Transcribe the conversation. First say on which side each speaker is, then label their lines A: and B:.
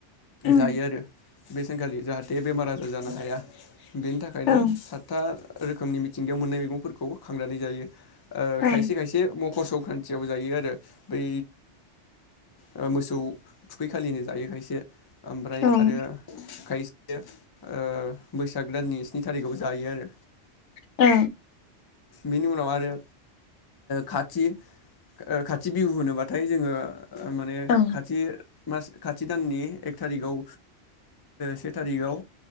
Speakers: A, on the left; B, on the left.
A: ओं
B: जायो आरो बे सानखालि जाहाथे बेमार आजार जानो हाया। बेनि थाखायनो
A: ओं
B: सातथा रोखोमनि मिथिंगायाव मोननाय मैगंफोरखौ खांनानै जायो ओ
A: ओं
B: खायसे खायसे खरस'ख्रान्थियाव जायो आरो बै ओ मोसौ थुखै खालिनो जायो खायसे ओमफ्राय
A: ओं
B: आरो खायसे ओ बैसाग दाननि स्नि थारिखाव जायो आरो
A: औ
B: बिनि उनाव आरो खाथि ओ खाथि बिहु होनोब्लाथाय जोंङो माने
A: ओं
B: खाथि मास खाथि दाननि एक थारिखआव से थारिगाव